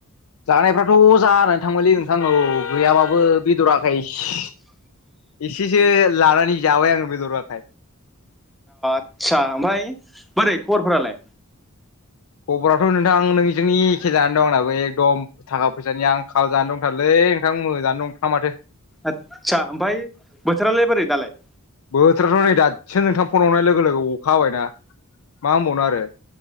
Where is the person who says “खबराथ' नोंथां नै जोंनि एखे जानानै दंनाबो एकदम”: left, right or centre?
Left